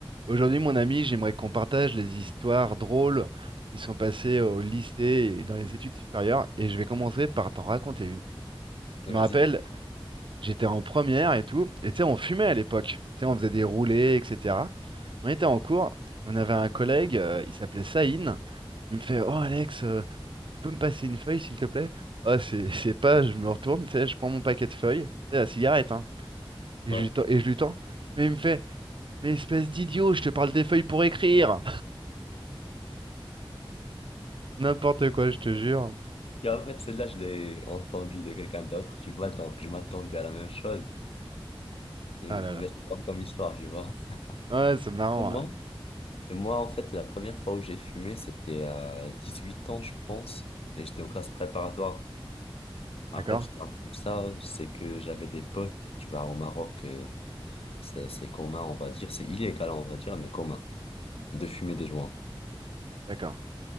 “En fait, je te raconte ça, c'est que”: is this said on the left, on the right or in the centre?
Left